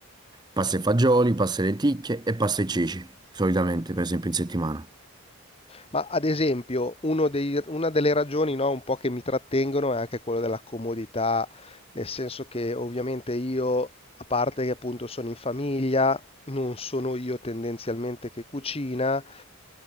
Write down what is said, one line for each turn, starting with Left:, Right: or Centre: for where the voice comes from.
Right: pasta e fagioli, pasta e lenticchie e pasta e ceci, solitamente, per esempio, in settimana.
Left: Ma ad esempio, uno dei- una delle ragioni, no, un po' che mi trattengono è anche quella della comodità, nel senso che ovviamente io, a parte che appunto sono in famiglia, non sono io tendenzialmente che cucina